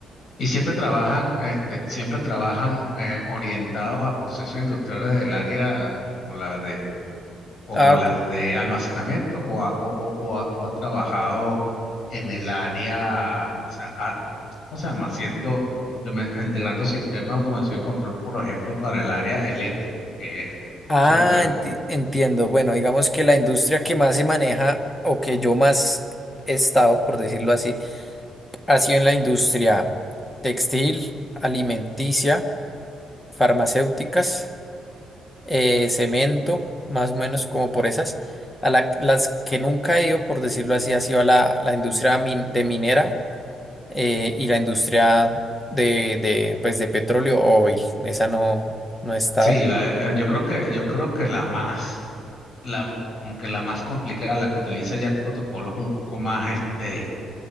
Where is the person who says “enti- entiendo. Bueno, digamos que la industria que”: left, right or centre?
Left